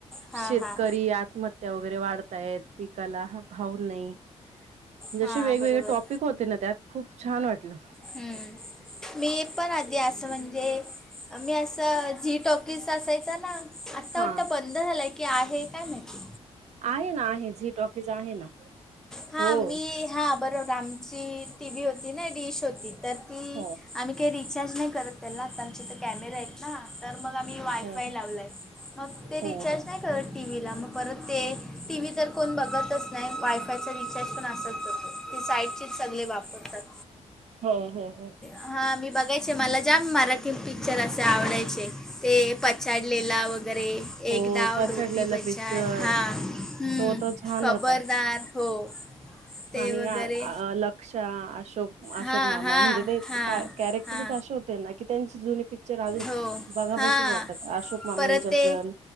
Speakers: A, in the centre; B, on the right (about 75°).
A: हां
B: शेतकरी
A: हां
B: आत्म हत्या वगैरे वाढतायेत पिकाला हा भाव नाही. जसे
A: हां
B: वेगवेगळे
A: बरोबर
B: टॉपिक होते ना त्यात खूप छान वाटलं.
A: हम्म, मी पण आधी असं म्हणजे आम्ही असं झी टॉकीज असायचं ना? आत्ता
B: हां.
A: वाटतं बंद झालाय की आहे काय नक्की?
B: आहे ना आहे झी टॉकीज आहे ना,
A: हां
B: हो.
A: मी हां बरोबर आमची टी व्ही होती नाही डिश होती तर ती
B: हो.
A: आम्ही काही रिचार्ज नाही करत त्याला आता आमच्या इथं कॅमेरे आहेत. ना तर मग आम्ही वायफाय
B: हो हो
A: लावलय मग ते रिचार्ज
B: हो हो
A: नाही करत. टी व्हीला मग परत ते टी व्ही तर कोण बघतच नाही वायफायचा रिचार्ज पण असच जातो. ते साईडचेच सगळे वापरतात.
B: होय होय होय.
A: हां मी बघायचे मला जाम मराठी पिक्चर असे आवडायचे. ते पछाडलेला वगैरे.
B: हो
A: एक डाव
B: पचडलेला
A: डोभी पछाड
B: पिक्चर
A: हां, हम्म
B: तो तर छान
A: खबरदार.
B: होता.
A: हो. ते
B: आणि
A: वगैरे
B: आ अ लक्षा, अशोक अशोक
A: हा
B: मामा
A: हा
B: म्हणजे ते <unintelligible>
A: हा
B: कॅरेक्टरच
A: हा
B: असे होते ना की त्यांचं जुनी पिक्चर अजून
A: हो
B: बघावेसेच
A: हा
B: वाटतात अशोक मामांचे
A: परत
B: असल
A: ते